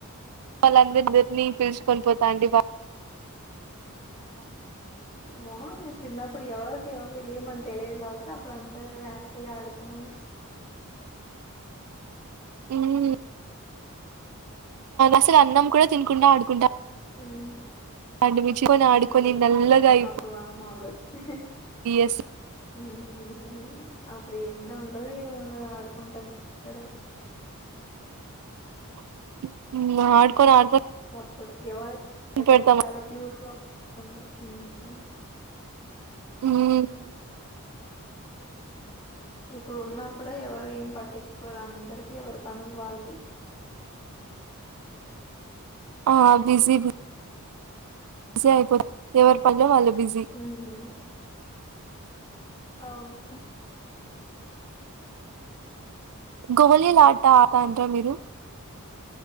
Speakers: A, on the right; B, on the left.
A: వాళ్ళందరిద్దరినీ పిలుచుకొని పోతాంటి బాబ
B: బాగుంది చిన్నప్ అప్పుడు ఎవరికి ఎవరు ఏమని తెలియదు కాబట్టి అప్పుడు అందరుూ హ్యాపీగా ఆడుకునేవారు
A: మ్మ్ అసలు అన్నం కూడా తినుకుంటా ఆడుకుంటా
B: మ్మ్
A: అంటిమి చికొని
B: మ్మ్
A: ఆడుకొని నల్లగా
B: అవును
A: అయిపోయి
B: అప్పుడు వామ్ వాళ్ళు వచ్చి
A: అస
B: హ్మ్ మ్మ్ మ్మ్ అవును ప్పుడు ఎండ ఉండదు ఎం ఉండదు ఆడుకుంటానే <unintelligible>
A: <inaudible> మ్మ్ ఆడుకొని ఆడుకొని
B: ప్పుడే ఎవరి ఇ
A: పెడతాం
B: చాలా ప్యూర్గా <unintelligible> మ్మ్ మ్మ్
A: మ్మ్
B: ఇప్పుడు ఉన్నా కూడా ఎవరు ఏం పట్టిచ్చుకోరు అందరికీ ఎవరి పనులు వాళ్ళవి
A: ఆ బిజి బి జి అయిపో ఎవరి పని వాళ్ళు బిజి
B: హ్మ్. అవును
A: గోలీలాట అతండ్ర మీరు